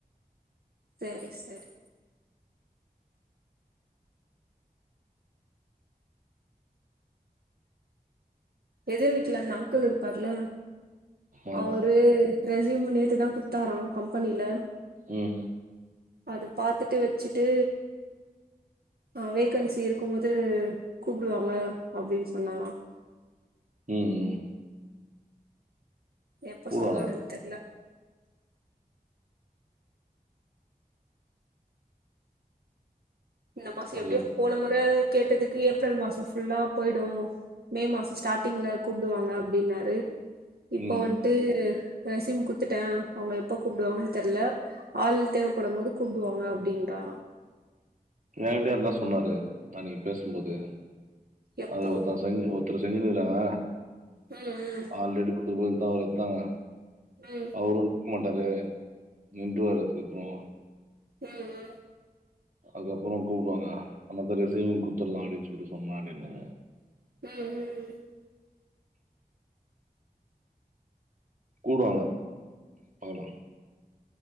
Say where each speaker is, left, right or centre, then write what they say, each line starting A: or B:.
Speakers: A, on the right; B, on the right.
A: செரி செரி எதிர் வீட்டுல அந்த அங்கிள் இருப்பாார்ல
B: ஆ.
A: அவரு ரெசியூமு நேற்று தான் குடுத்தார கம்பெனியில்
B: உம்
A: அத பாாரத்துட்டு வச்சுட்டு அஹ் வேகன்சி இருக்கும்போது கூப்பிடுவாங்க அப்படின்னு சொன்னாராம்
B: உஹம் உம்
A: எப்ப
B: கூடுவாங்க.
A: சொல்லுவாருன்னு தெரியல இந்த மாசி
B: அது
A: எப்படியே போன முற கேட்டதுக்கு ஏப்ரல் மாசம் ஃபுல்லா போயிடும் மே மாசம் ஸ்டார்ட்டிங்ல கூப்பிடுவாங்க அப்டின்னாரு இப்போ
B: ம்.
A: வந்துட்டு ரேசிம் குத்துட்டேன் அவங்க எப்ப கூப்படுவாங்கனு தெரியல ஆள் தேவைப்படும்போது கூப்பிடுவாங்க அப்டின்றா
B: ஏகண்டய அதான் சொன்னாரு அன்னைக்கு பேசும்போது
A: எப்போ
B: அத ஒத்தான் சங்க ஒ அத்த செஞ்சுனுக்கறாங்க
A: ம்
B: ஆல்ரடி ஒருபதான் ஒரு எத்தான்
A: ம்
B: அவருன் இருக்க மாட்டாரு நின்று வர்ரு அதுக்கு அப்பறம்
A: ம் ம்
B: அதுக்கப்பறம் கூப்பிடுவாங்க அனாத ரிசீவ் குத்துடலாம் அப்டின்னு சொல்லி சொன்னன் அப்டின்னாரு
A: ம் ம்
B: கூப்டுவாங்க பகலாம்